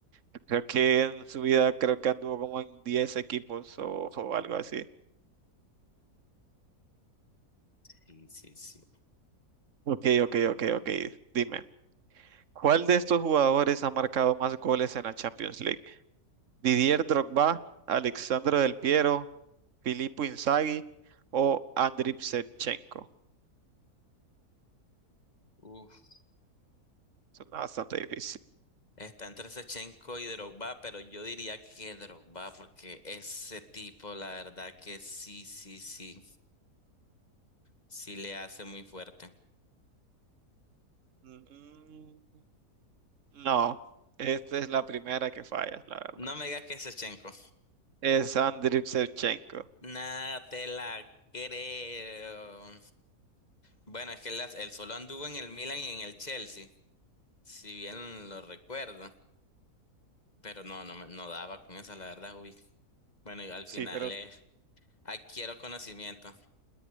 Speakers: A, on the right (about 55°); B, on the left (about 25°).
A: yo creo que en su vida creo que anduvo como en 10 equipos o, o algo así.
B: Sí, sí, sí.
A: Ok, ok, ok, ok. Dime, ¿cuál de estos jugadores ha marcado más goles en la Champions League? Didier Drogba, Alexandro Del Piero, Filippo Inzaghi o Andriy Shevchenko.
B: Uf,
A: Suena bastante difícil.
B: está entre Shevchenko y Drogba, pero yo diría que Drogba, porque ese tipo, la verdad que sí, sí, sí, sí le hace muy fuerte.
A: Mm, No, esta es la primera que fallas, la verdad.
B: No me digas que es Shevchenko.
A: Es Andriy Shevchenko.
B: Nada, te la creo. Bueno, es que él, él solo anduvo en el Milan y en el Chelsea, si bien lo recuerdo, pero no, no, me- no daba con esa, la verdad, uy. Bueno, y al
A: Sí,
B: final
A: pero
B: es adquiero conocimiento.